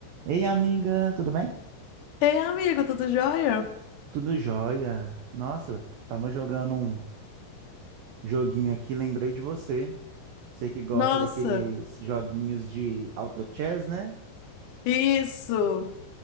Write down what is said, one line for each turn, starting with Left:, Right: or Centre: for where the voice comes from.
Right: Ei, amiga, tudo bem?
Left: Ei, amigo, tudo jóia?
Right: Tudo jóia. Nossa, tava jogando um joguinho aqui, lembrei de você. Você que gosta
Left: Nossa,
Right: daqueles joguinhos de auto chess, né?
Left: isso.